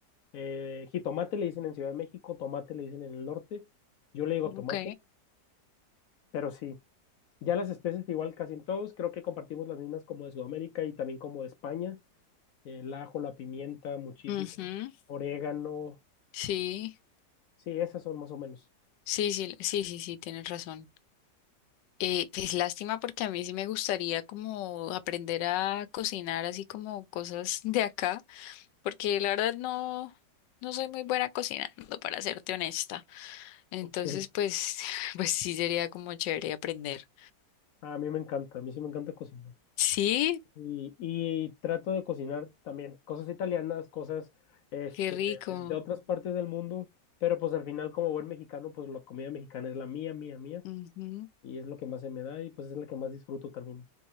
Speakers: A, on the left; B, on the left.
A: Eh, jitomate le dicen en Ciudad de México, tomate le dicen en el norte, yo le digo tomate,
B: Ok.
A: pero sí. Ya las especies igual casi en todos, creo que compartimos las mismas como de Sudamérica y también como de España, el ajo, la pimienta, muchísimo,
B: Ujú.
A: orégano,
B: Sí.
A: sí, esas son más o menos.
B: Sí, sí, sí, sí, sí, tienes razón. Eh, es lástima porque a mí sí me gustaría como aprender a cocinar así como cosas de acá, porque la verdad no, no soy muy buena cocinando, para serte honesta. Entonces,
A: Ok,
B: pues, <laughs> pues sí sería como chévere aprender.
A: a mí me encanta, a mí sí me encanta cocinar.
B: Sí,
A: Y, y trato de cocinar también cosas italianas, cosas este,
B: qué rico.
A: de otras partes del mundo, pero pues al final como buen mexicano, pues la comida mexicana es la mía, mía, mía,
B: Ujú,
A: y es lo que más se me da y pues es la que más disfruto también.